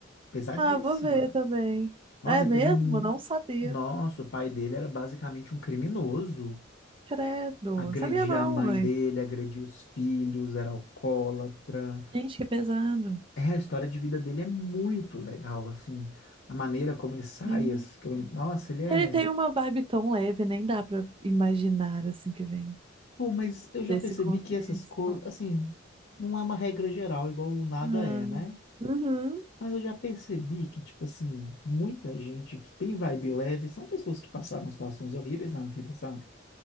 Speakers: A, on the left; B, on the right.
A: Pesadíssima.
B: Ah, vou ver também.
A: Nossa,
B: É
A: ele
B: mesmo?
A: teve um...
B: Não sabia.
A: Nossa, o pai dele era basicamente um criminoso.
B: Credo.
A: Agredia
B: Não sabia, não,
A: a mãe
B: mãe.
A: dele, agredia os filhos, era alcoólatra.
B: Gente, que pesado.
A: É, a história de vida dele é muito legal, assim, a maneira como ele sai,
B: Sim.
A: as- como ele- nossa, ele é...
B: Ele tem uma vibe tão leve, nem dá pra imaginar assim que vem.
A: Pô, mas eu já
B: desse
A: percebi
B: contexto.
A: que essas coisas, assim, não é uma regra geral, igual o nada
B: Ah,
A: é, né?
B: uhum.
A: Mas eu já percebi que, tipo assim, muita gente que tem vibe leve são pessoas que passaram situações horríveis na vida, sabe?